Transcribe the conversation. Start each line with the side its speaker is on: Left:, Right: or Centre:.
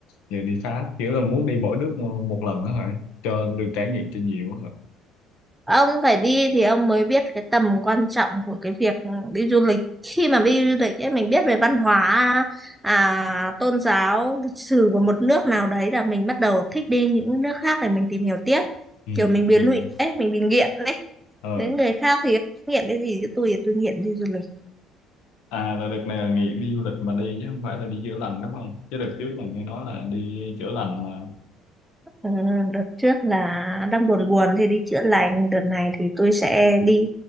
Left: giờ đi Pháp kiểu là muốn đi mỗi nước một lần đó hả cho được trải nghiệm cho nhiều á hả
Centre: ông phải đi thì ông mới biết cái tầm quan trọng của cái việc đi du lịch khi mà đi du lịch ấy mình biết về văn hóa à, tôn giáo lịch sử của một nước nào đấy là mình bắt đầu thích đi những nước khác để mình tìm hiểu tiếp
Left: ừ,
Centre: kiểu mình bị
Left: ừ.
Centre: lụy ấy mình bị nghiện đấy
Left: ờ
Centre: với người khác thì nghiện cái gì chứ tôi thì tôi nghiện đi du lịch
Left: à là đợt này là nghỉ đi du lịch mà đi chứ không phải là đi chữa lành đúng không chứ đợt trước là nghe nói là đi chữa lành mà
Centre: ừ, đợt trước là đang buồn buồn thì đi chữa lành đợt này thì tôi sẽ đi